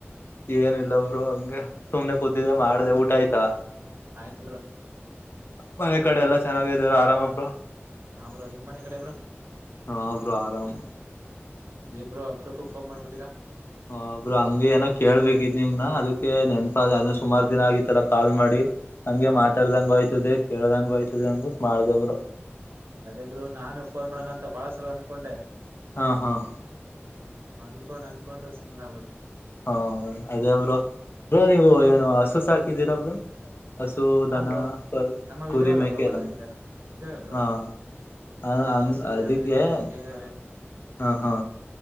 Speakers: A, on the left; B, on the right.
A: ಏನಿಲ್ಲ ಬ್ರೋ ಹಂಗೆ ಸುಮ್ನೆ ಕೂತಿದ್ದೆ ಮಾಡ್ದೆ ಊಟ ಆಯ್ತಾ.
B: ಆಯ್ತು ಬ್ರೋ
A: ಮನೆ ಕಡೆ ಎಲ್ಲಾ ಚೆನ್ನಾಗಿದಾರ ಆರಾಮಾ ಬ್ರೋ
B: ಹಾಂ ಬ್ರೋ ನಿಮ್ಮನೆ ಕಡೆ ಬ್ರೋ
A: ಹಾ ಬ್ರೋ ಆರಾಮ್
B: ಏನ್ ಬ್ರೋ ಅಪರೂಪಕ್ ಫೋನ್ ಮಾಡ್ಬಿಟ್ಟೀರಾ
A: ಹ್ಮಾ ಬ್ರೋ ಹಂಗೆ ಏನೋ ಕೇಳ್ಬೇಕಿತ್ ನಿಮ್ನ ಅದಕ್ಕೆ ನೆನ್ಪ್ ಆದೆ ಸುಮಾರು ದಿನ ಆಗಿತ್ತಲ್ಲ ಕಾಲ್ ಮಾಡಿ ಹಂಗೆ
B: ಹಾ
A: ಮಾತಾಡ್ದಂಗೂ
B: ಬ್ರೋ
A: ಆಯ್ತದೆ ಕೇಳ್ದಂಗೂ ಆಯ್ತದೆ ಅಂದ್ಬಿಟ್ಟು ಮಾಡ್ದೆ ಬ್ರೋ.
B: ಅದೇ ಬ್ರೋ ನಾನು ಫೋನ್ ಮಾಡೋಣ ಅಂತ ಬಾಳ ಸಲ ಅನ್ಕೊಂಡೆ
A: ಆ ಹಾಂ
B: ಹ್ಮ್ ಅಂದ್ಕೊಂಡ್ ಅಂದ್ಕೊಂಡು ಸುಮ್ನೆ ಆಗಬುಟ್ಟೆ
A: ಹಾಂ ಅದೇ ಬ್ರೋ ಬ್ರೋ ನೀವು
B: ಕೇಳ
A: ಏನೂ ಹಸು ಸಾಕಿದ್ದೀರಾ ಬ್ರೋ. ಹಸು ದನಾ
B: ಹಾ ಬ್ರೋ
A: ಕರು
B: ನಮ್ಮವ್
A: ಕುರಿ
B: ಇದಾವಲ್ಲ
A: ಮೇಕೆ
B: ಬ್ರೋ ಮೊದ್ಲಿಂದಾನು
A: ದನಾ
B: ಇದಾವೆ ಬ್ರೋ
A: ಹಾಂ ಹ್ಮಾ ಆ ಅಂಗ್
B: ಹಸು
A: ಅದಕ್ಕೆ
B: ಇದಾವೆ
A: ಹ್ಮಾ
B: ಮ್ಯಾಕೆ ಇದಾವೆ
A: ಆ ಹ್ಮಾ